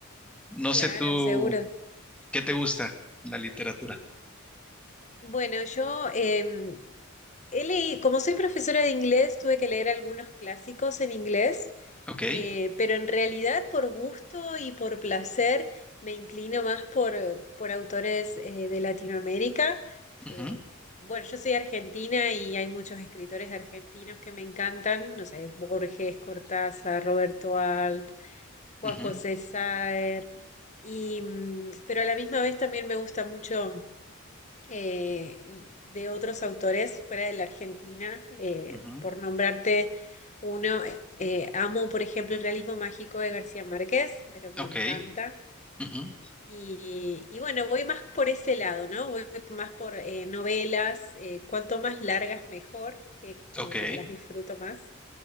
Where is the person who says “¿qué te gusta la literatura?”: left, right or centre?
Centre